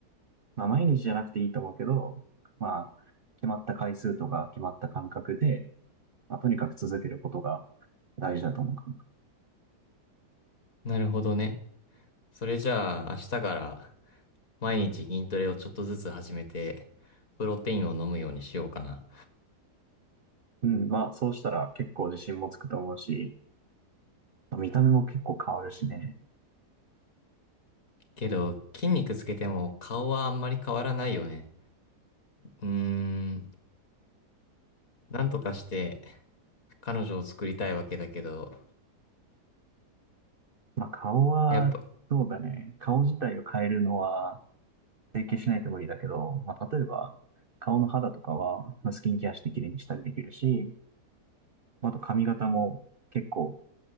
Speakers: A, on the right; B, on the left.
A: まあ、毎日じゃなくていいと思うけど、まあ、決まった回数とか決まった間隔で、まあ、とにかく続けることが大事だと思うかな。
B: なるほどね。それじゃあ、明日から毎日筋トレをちょっとずつ始めて、プロテインを飲むようにしようかな。
A: うん、まあ、そうしたら結構自信もつくと思うし、まあ見た目も結構変わるしね。
B: けど、筋肉つけても顔はあんまり変わらないよね。うーん、なんとかして彼女を作りたいわけだけど、
A: まあ、顔は、
B: やっぱ、
A: そうだね。顔自体を変えるのは、整形しないと無理だけど、まあ、例えば、顔の肌とかは、まあスキンケアして綺麗にしたりできるし、まあと髪型も結構、